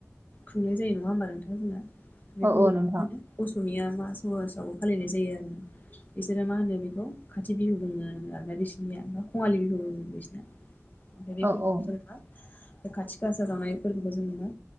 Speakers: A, on the left; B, on the right.
A: खुंनाय जायो नङा होमबा नोंथां जोंना बे
B: औ
A: फोरबोखौ।
B: औ नोंथां
A: समिया मा समाजावबो फालिनाय जायो आरो ना बिसोरो मा होनो बेखौ। खाथि बिहु बुङो आरोना बिसिनिया कङालि बिहु बुङो बिसिना। बेफोरखौबो
B: औ औ
A: जों नङा खाथि खासा जावनायफोरखौबो जों नुयो